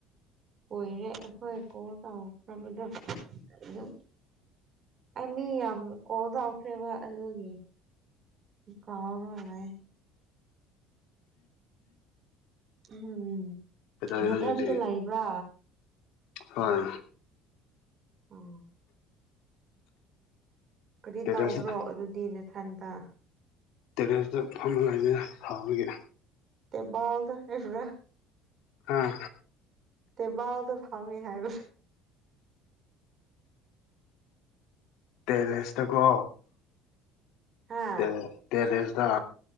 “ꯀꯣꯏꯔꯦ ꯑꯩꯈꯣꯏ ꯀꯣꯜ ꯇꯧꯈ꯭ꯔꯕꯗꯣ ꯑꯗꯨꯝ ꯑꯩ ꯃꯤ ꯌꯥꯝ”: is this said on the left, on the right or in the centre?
Right